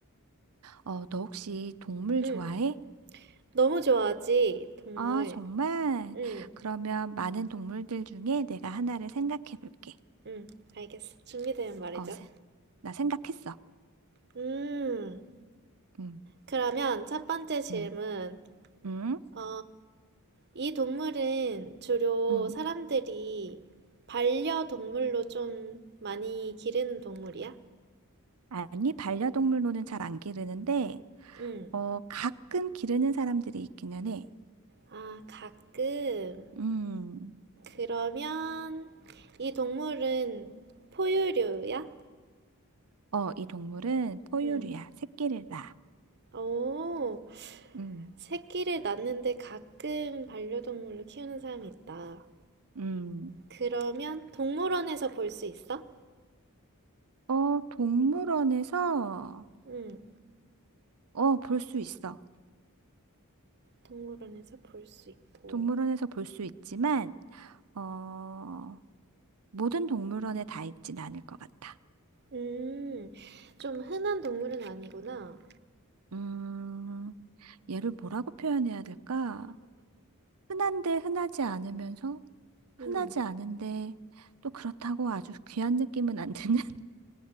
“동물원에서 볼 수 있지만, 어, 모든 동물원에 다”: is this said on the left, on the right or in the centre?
Right